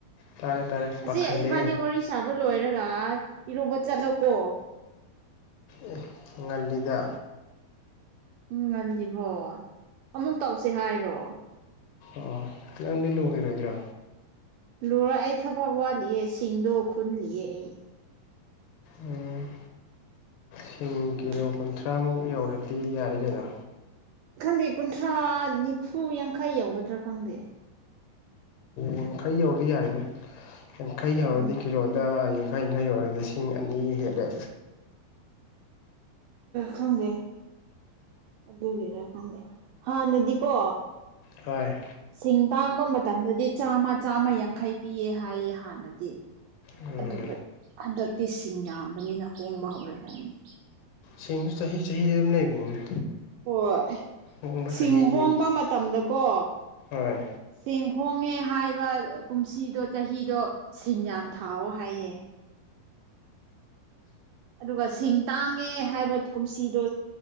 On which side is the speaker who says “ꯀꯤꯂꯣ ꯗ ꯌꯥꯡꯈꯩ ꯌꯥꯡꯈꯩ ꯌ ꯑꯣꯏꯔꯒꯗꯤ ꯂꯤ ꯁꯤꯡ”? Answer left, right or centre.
Left